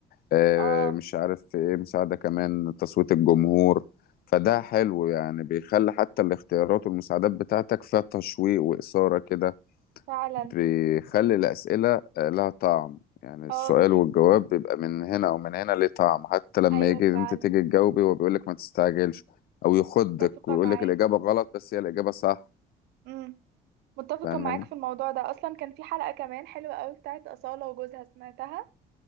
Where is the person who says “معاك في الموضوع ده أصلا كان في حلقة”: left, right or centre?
Right